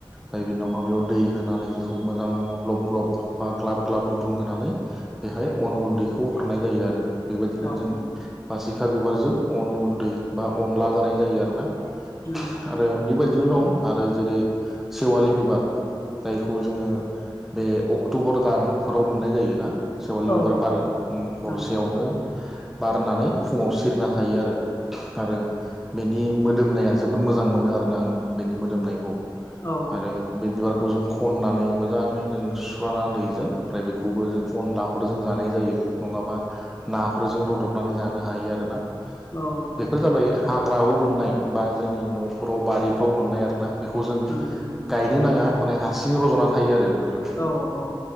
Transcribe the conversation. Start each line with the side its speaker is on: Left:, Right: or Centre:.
Centre: हाय बेनि उनावहा बियाव दै होनानै बिखौ मोजां ग्लब ग्लब बा ग्लाब ग्लाब गुदुं होनानै बेहाय अन गुन्दैखौ हरनाय जायो आरो बेबायदिनो
Left: औ
Centre: जों बासिखा बिबारजों अन गुन्दै बा अनला जानाय जायो आरोना
Left: नंगौ
Centre: आरो बेबायदिनो दं आरो जेरै सेवालि बिबार जायखौ जोङो बे अक्ट'बर दानफोराव मोननाय जायोना। सेवालि बिबार
Left: औ
Centre: बारो उम हरसेयावनो
Left: नंगौ
Centre: बारनानै फुङाव सिरिना थायो आरो आरो बेनि मोदोमनाया जोबोद मोजां मोनो आरोना आङो बेनि मोदोमनायखौ
Left: औ
Centre: आरो बे बिबारखौ जों खननानै मोजाङै जों सुस्राना दैजों ओमफ्राय बेखौबो जों अनलाफोरजों जानाय जायो नङाबा नाफोरजों रदबनानै जानो हायो आरोना।
Left: औ
Centre: बेफोर जाबाय हाग्रायाव मोननाय बा जोंनि न'फोराव बारिफ्राव मोननाय आरोना। बेखौ जों
Left: नंगौ
Centre: गायनो नाङा माने हारसिंयै रज'ना थायो आरो बेफोरो।
Left: औ औ